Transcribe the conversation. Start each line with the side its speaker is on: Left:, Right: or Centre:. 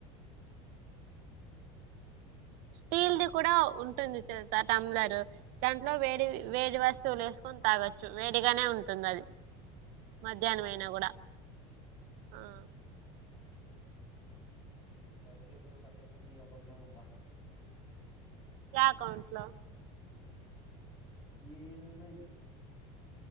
Right: స్టీల్ది కూడా ఉంటుంది తెలుస టమ్లర్ దాంట్లో వేడి వేడి వస్తువులు వేసుకొని తాగొచ్చు వేడిగానే ఉంటుంది అది మధ్యాహ్నం అయినా
Left: అవునా
Right: కూడా ఆ
Left: డబ్బులు ఎందుకు కట్ అవుతుంది ఈ అకౌంట్ లో బా
Right: అకౌంట్ లో
Left: ఏంద ఇది